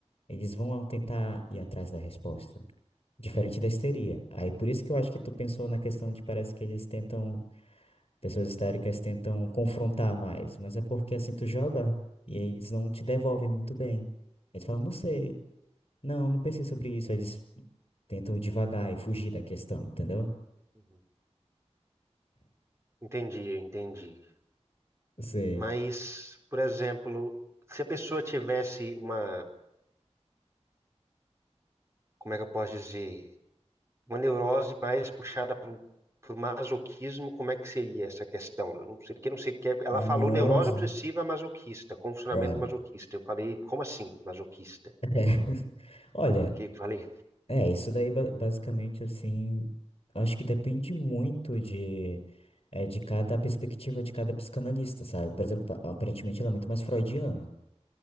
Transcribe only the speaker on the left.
eles vão tentar ir atrás da resposta. Diferente da histeria. Aí por isso que eu acho que tu pensou na questão de parece que eles tentam. Pessoas histéricas tentam confrontar mais, mas é porque assim tu joga e aí eles não te devolvem muito bem. Eles falam, não sei, não, não pensei sobre isso. Aí eles tentam devagar e fugir da questão, entendeu?
Você.
Uma
neurose?
É.
<laughs>
Olha,
é, isso daí ba- basicamente assim, acho que depende muito de, é, de cada perspectiva de cada psicanalista, sabe? Por exemplo, aparentemente ela é muito mais freudiana.